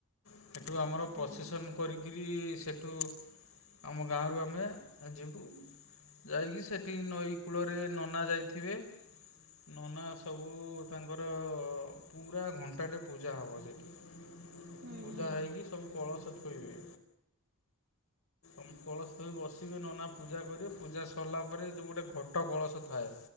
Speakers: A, on the left (about 80°); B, on the right (about 45°).
A: ସେଠୁ ଆମର
B: ହୁଁ
A: ପ୍ରସେସନ୍
B: ହୁଁ
A: କରିକରି ସେଠୁ ଆମ ଗାଁରୁ ଆମେ ଏ ଯିବୁ। ଯାଇକି ସେଠି ନଈ କୂଳରେ ନନା ଯାଇଥିବେ। ନନା ସବୁ ତାଙ୍କର ପୁରା ଘଣ୍ଟାଟେ ପୂଜା ହେବ ସେଠି। ପୂଜା
B: ହୁଁ ହୁଁ
A: ହେଇକି ସବୁ କଳସ ଥଇବେ। ଅମ୍ କଳସ ଧରୀ ବସିବେ ନନା ପୂଜା କରିବେ ପୂଜା ସରିଲା ପରେ ଯୋଉଗୋଟେ ଘଟ କଳସ ଥାଏ।